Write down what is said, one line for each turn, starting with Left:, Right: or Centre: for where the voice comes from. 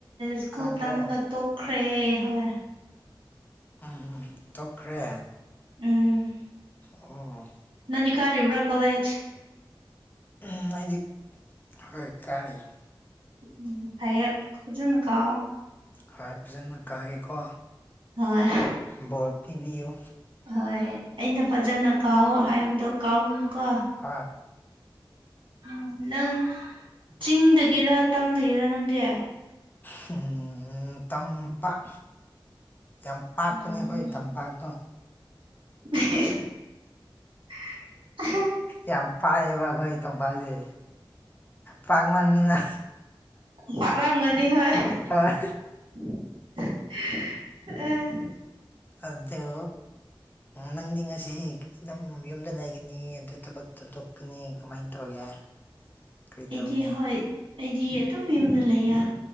Right: ꯁ꯭ꯀꯨꯜ
Left: ꯀꯥꯗ꯭ꯔꯦ
Right: ꯇꯝꯕꯒ ꯇꯣꯛꯈ꯭ꯔꯦ ꯍꯣꯏ
Left: ꯎꯝ ꯎꯝ ꯇꯣꯛꯈ꯭ꯔꯦ
Right: ꯎꯝ
Left: ꯑꯣ
Right: ꯅꯪꯗꯤ ꯀꯥꯔꯤꯕ꯭ꯔꯥ ꯀꯣꯂꯦꯖ
Left: ꯎꯝ ꯑꯩꯗꯤ ꯍꯣꯏ ꯀꯥꯅꯤꯗꯥ
Right: ꯎꯝ ꯐꯩꯌꯦ ꯐꯖꯅꯥ ꯀꯥꯑꯣ
Left: ꯍꯣꯏ ꯐꯖꯅ ꯀꯥꯒꯦꯀꯣ
Right: ꯍꯣꯏ
Left: ꯕꯣꯔ ꯄꯤꯕꯤꯌꯨ
Right: ꯍꯣꯏ ꯑꯩꯅ ꯐꯖꯅ ꯀꯥꯎ ꯍꯥꯏꯕꯗꯣ ꯀꯥꯎꯒꯅꯨꯀꯣ
Left: ꯍꯣꯏ
Right: ꯎꯝ ꯅꯪ ꯆꯤꯡꯗꯒꯤꯔ ꯇꯝꯗꯒꯤꯔ ꯅꯪꯗꯤ
Left: ꯍꯝ ꯇꯝꯄꯥꯛ ꯌꯥꯝꯄꯥꯛꯄꯅꯦ
Right: ꯎꯝ
Left: ꯑꯩꯈꯣꯏ ꯇꯝꯄꯥꯛꯇꯣ
Right: <inaudible>
Left: ꯌꯥꯝ ꯄꯥꯏꯑꯦꯕꯥ ꯑꯈꯣꯏꯒꯤ ꯇꯝꯄꯥꯛꯁꯦ ꯄꯛꯃꯟꯗꯅ
Right: ꯄꯥꯛꯋꯥꯝꯒꯅꯤ ꯍꯣꯏ
Left: ꯍꯥꯏ
Right: ꯑ <unintelligible>
Left: ꯑꯗꯨ ꯅꯪꯗꯤ ꯉꯁꯤ ꯑꯗꯨꯝ ꯌꯨꯝꯗ ꯂꯩꯒꯅꯤ ꯑꯗꯨ ꯊꯕꯛ ꯆꯠꯊꯣꯛꯀꯅꯤ ꯀꯃꯥꯏꯅ ꯇꯧꯒꯦ ꯀꯔꯤ
Right: ꯑꯩꯗꯤ
Left: ꯇꯧꯒꯅꯤ
Right: ꯍꯣꯏ ꯑꯩꯗꯤ ꯑꯗꯨꯝ ꯌꯨꯝꯗ ꯂꯩꯌꯦ